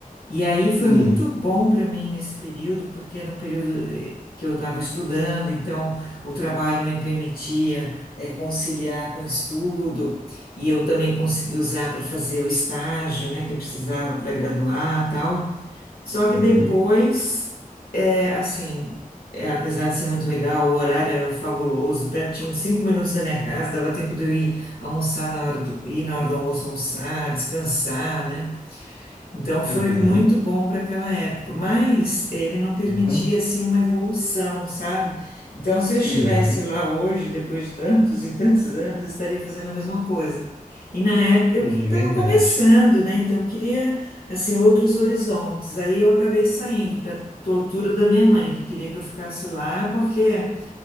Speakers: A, on the left; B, on the left.
A: E aí foi
B: Sim.
A: muito bom para mim nesse período, porque era um período eh, que eu estava estudando, então o trabalho me permitia eh, conciliar com o estudo, e eu também consegui usar para fazer o estágio, né, que eu precisava para graduar, tal. Só
B: uhum.
A: que depois, eh, assim, eh, apesar de ser muito legal, o horário era fabuloso, pertinho, cinco minutos da minha casa, dava tempo de eu ir almoçar na hora do, ir na hora do almoço almoçar, descansar, né? Então foi
B: Aham.
A: muito bom para aquela época, mas ele não permitia
B: Caramba.
A: assim uma evolução, sabe? Então se eu estivesse
B: Aham.
A: lá hoje, depois de tantos e tantos anos, eu estaria fazendo a mesma coisa. E na época
B: Sim,
A: eu estava
B: verdade.
A: começando, né? Então eu queria assim outros horizontes. Aí eu acabei saindo para tortura da minha mãe, que queria que eu ficasse lá porque